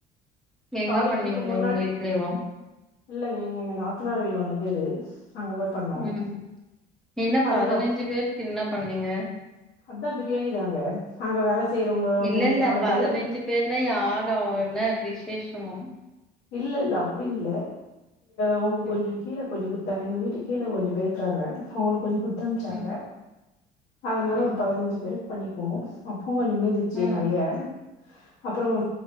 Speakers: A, in the centre; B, on the left.
A: எங்க
B: தாளிப்புக்கு
A: பண்ணீங்க?
B: முன்னாடி
A: உங்க வீட்லயேவா?
B: இல்லைங்கங்க எங்க நாத்தனார் வீடு ஒன்னக்குது அங்க தான் பண்ணோம்
A: ம். என்ன
B: அதுக்கப்
A: பதினைஞ்சு பேருக்கு என்ன பண்ணீங்க
B: அதான் பிரியாணி தாங்க நாங்க வேலை செய்கிறவங்க
A: இல்ல
B: மூணு
A: இல்ல
B: பேர், நாலு
A: பதினைஞ்சு
B: பேர்
A: பேர்னா யார அவ்வாலாம் என்னா விசேஷமா
B: இல்ல இல்ல அப்படி இல்ல அவுங்க
A: ம்
B: கொஞ்சம் கீழ கொஞ்சம் குடுத்தாங்க எங்க வீட்டுக் கீழ கொஞ்சம் பேசுறாங்க அவங்களுக்கு கொஞ்சம் துன்ச்சாங்க
A: ம்
B: அதனால
A: ம்
B: ஒரு பதினஞ்சு பேரு பண்ணி பேல்ஸ் அப் முஞ்சிச்சி
A: ம்
B: நறைய அப்புறோ வ